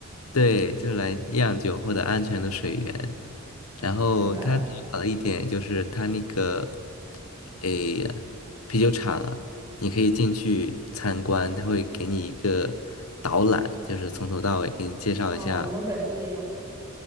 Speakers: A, on the left; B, on the right.
A: 对，就来酿酒获得安全的水源。然后他好的一点就是他那个，
B: 明白了。
A: 诶，啤酒厂啊，你可以进去参观，他会给你一个导览，就是从头到尾给你介绍一下
B: 嗯，我们本地也有这种，